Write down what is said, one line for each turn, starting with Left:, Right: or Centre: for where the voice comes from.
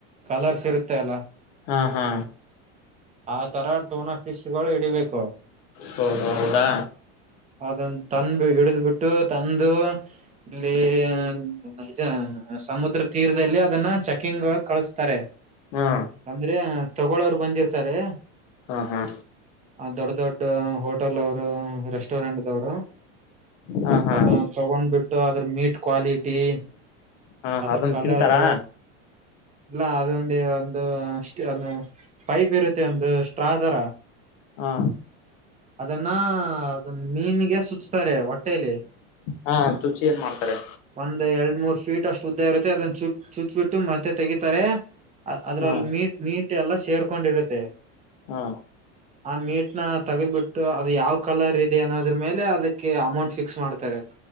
Right: ಕಲರ್ಸ್ ಇರುತ್ತೆ ಅಲ್ಲಾ
Left: ಹಾ ಹಾ
Right: ಆ ತರಾ ಟೋನ ಫೀಶ ಗಳು ಇ ಮಳಿ ಹಿಡಿಬೇಕು
Left: ಹ ಹ ಹೌದಾ
Right: ಅದನ್ ತಂದು ಹಿಡಿದ್ ಬಿಟ್ಟು ತಂದು ಇಲ್ಲಿ ಮತ್ತೆ ಸಮುದ್ರ ತೀರದಲ್ಲಿ ಅದನ್ನ ಚೆಕಿಂಗ್ ಕಳಸತ್ತಾರೆ
Left: ಹಾ
Right: ಅಂದ್ರೆ ತಗಳೋರು ಬಂದಿರ್ತಾರೆ
Left: ಹಾ ಹಾ
Right: ದೊಡ್ ದೊಡ್ಡ ಹೋಟೆಲ್ ಅವರು ರೆಸ್ಟೋರೆಂಟ್ ದವರು
Left: ಹಾ ಹಾ
Right: ಅದ ತಗೊಂಡ್ ಬಿಟ್ಟು ಅದ್ರ ಮೀಟ್ ಕ್ವಾಲಿಟಿ
Left: ಹಾ
Right: ಅದ್ರ
Left: ಅದನ್ನ
Right: ಕಲರ್.
Left: ತಿಂತಾರಾ
Right: ಇಲ್ಲ ಅದೊಂದು ಒಂದು ಒ ಪೈಪ್ ಇರುತ್ತೆ ಒಂದು ಸ್ಟ್ರಾ ತರ
Left: ಹಾ
Right: ಅದನ್ನ ಅದ ಮೀನ್ಗೆ ಸುಚ್ತಾರೆ ಹೊಟ್ಟೇಲಿ
Left: ಹಾ ಚುಚ್ಚಿ ಏನ್ ಮಾಡ್ತಾರೆ
Right: ಒಂದ್ ಎರಡ್ ಮೂರ್ ಫೀಟ್ ಅಷ್ಟು ಉದ್ದ ಇರುತ್ತೆ ಅದನ್ನ ಚು ಚುಚ್ಬಿಟ್ಟು ಮತ್ತೆ ತೆಗೀಿತಾರೆ ಅದ್ರಲ್ಲಿ
Left: ಹಾ
Right: ನೀ ನೀಟ್ ಎಲ್ಲ ಸೇರ್ಕೊಂಡಿರುತ್ತೆ
Left: ಹಾ
Right: ಆ ಮೀಟ್ ನ ತೆಗೆದ್ ಬಿಿಟ್ಟು ಅದು ಯಾವ್ ಕಲರ್ ಇದೆ ಅನ್ನೋದ್ರ ಮೇಲೆ ಅದಕ್ಕೆ ಅಮೌಂಟ್ ಫಿಕ್ಸ್ ಮಾಡ್ತಾರೆ